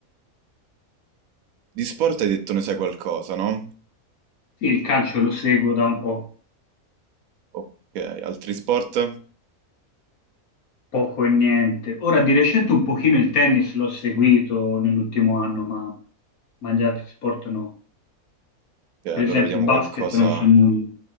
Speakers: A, on the right; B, on the left.
A: di sport hai detto ne sai qualcosa, no?
B: Sì, il calcio lo seguo da un po'.
A: Ok, altri sport?
B: Poco e niente. Ora di recente un pochino il tennis l'ho seguito nell'ultimo anno, ma, ma gli altri sport no.
A: Ok,
B: Per
A: allora
B: esempio
A: vediamo
B: il basket
A: qualcosa
B: non so nulla.